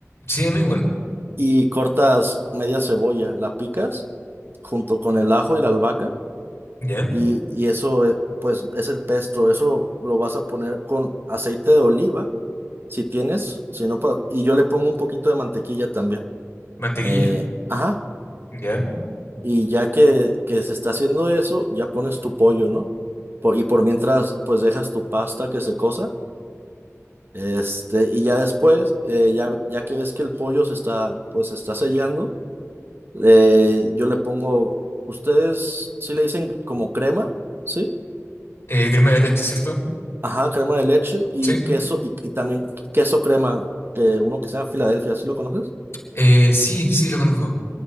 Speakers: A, on the left; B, on the right.
A: Sí, a mí igual.
B: Y, y cortas media cebolla, la picas junto con el ajo y la albahaca
A: ¿Ya?
B: y, y eso, eh, pues, es el pesto. Eso lo vas a poner con aceite de oliva, si tienes, si no, pues, y yo le pongo un poquito de mantequilla también.
A: Mantequilla.
B: Eh, ajá.
A: ¿Ya?
B: Y ya que, que se está haciendo eso, ya pones tu pollo, ¿no? Por- y por mientras, pues dejas tu pasta que se cosa. Este, y ya después, eh, ya, ya que ves que el pollo se está, pues se está sellando, eh, yo le pongo, ustedes sí le dicen como crema, ¿sí?
A: Eh, crema de leche, ¿cierto?
B: Ajá, crema de leche y
A: Sí.
B: queso, y, y también queso crema, que uno que sea Filadelfia, ¿sí lo conoces?
A: Eh, sí, sí, lo conozco.